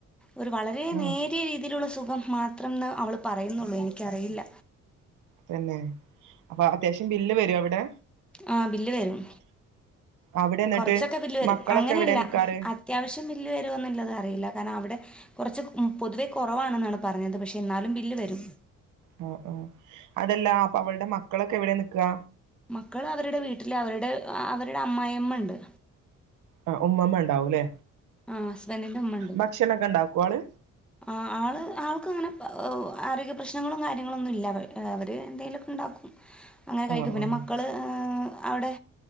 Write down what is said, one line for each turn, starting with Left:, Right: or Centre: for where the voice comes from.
Centre: ഒരു വളരെ
Right: ആ
Centre: നേരിയ രീതിയിലുള്ള സു <unintelligible> മാത്രംന്ന് അവള് പറയുന്നുള്ളൂ എനിക്കറിയില്ല
Right: തന്നെ അപ്പൊ അത്യാവശ്യം ബില്ല് വരോ അവിടെ
Centre: ആഹ് ബില്ല് വരും
Right: അവിടെ എന്നിട്ട്
Centre: കൊറച്ചൊക്കെ ബില്ല് വരും
Right: മക്കളൊക്കെ
Centre: അങ്ങനെയല്ല
Right: എവിടെ നിക്കാറ്
Centre: അത്യാവശ്യം ബില്ല് വരുന്നുള്ളത് അറിയില്ല കാരണം അവിടെ കൊറച്ച് പൊതുവെ കൊറവാണെന്നാണ് പറഞ്ഞത് പക്ഷെ എന്നാലും ബില്ല് വരും
Right: ഉം ഉം അതെല്ലാം അപ്പൊ അവളുടെ മക്കളൊക്കെ എവിടെയാ നിൽക്കാ.
Centre: മക്കള് അവരുടെ വീട്ടില് അവരുടെ അവരുടെ അമ്മായിയമ്മ ഉണ്ട്.
Right: ആഹ് ഉമ്മമ്മ ഉണ്ടാവുല്ലേ.
Centre: ആ ഹസ്ബൻഡിൻ്റെ ഉമ്മ ഉണ്ട്
Right: ഭക്ഷണൊക്കെ ഉണ്ടാക്കുവോ ആളെ.
Centre: ആഹ് ആള് ആൾക്ക് അങ്ങനെ ആരോഗ്യ പ്രശ്നങ്ങളും കാര്യങ്ങളൊന്നും ഇല്ല, അവര് എന്തെങ്കലുമൊക്കെ ഉണ്ടാക്കും. അങ്ങനെ കഴിക്കും
Right: ആഹ്
Centre: പിന്നെ
Right: ആഹ്
Centre: മക്കള് ആഹ്. അവിടെ